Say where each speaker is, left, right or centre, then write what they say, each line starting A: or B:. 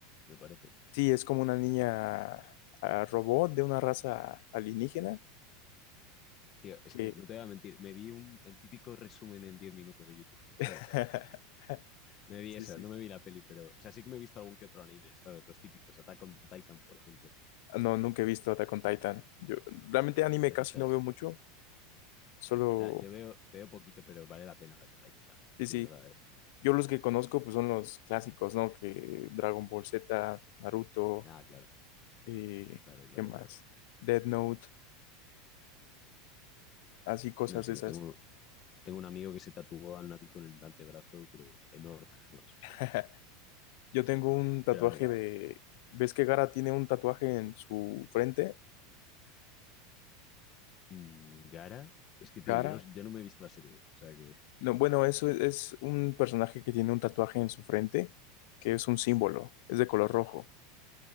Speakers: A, on the left (about 25°); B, on the left (about 55°).
A: me parece.
B: Sí, es como una niña ah, robot de una raza alienígena
A: Tío, es
B: que...
A: que no te voy a mentir, me vi un, el típico resumen en 10 minutos de YouTube, ¿sabes?
B: <laughs>
A: <laughs> Me vi
B: Sí,
A: eso,
B: sí.
A: no me vi la peli, pero, o sea, sí que me he visto algún que otro anime, ¿sabes? Los típicos, Attack on Titan, por ejemplo.
B: Ah, No, nunca he visto Attack on Titan. Yo realmente anime
A: Nunca has
B: casi
A: visto,
B: no
A: o
B: veo mucho. Solo...
A: sea, yo veo, veo poquito, pero vale la pena Attack on Titan, eh,
B: Sí,
A: De
B: sí.
A: verdad, ¿eh?
B: Yo los que conozco, pues, son los clásicos, ¿no? Que Dragon Ball Z, Naruto,
A: Ah, claro,
B: eh,
A: claro, claro,
B: ¿qué más?
A: claro.
B: Death Note, así cosas
A: No, sí,
B: de esas.
A: tengo, tengo un amigo que se tatuó a Naruto en el antebrazo, pero enorme además, o sea,
B: <laughs>
A: que-
B: Yo tengo un tatuaje
A: pero vamos.
B: de... ¿Ves que Gara tiene un tatuaje en su frente?
A: Mm, Gara, es que, tío,
B: Gara.
A: yo, los- yo no me he visto la serie, o sea que,
B: No, bueno, eso es, es un personaje que tiene un tatuaje en su frente, que es un símbolo, es de color rojo.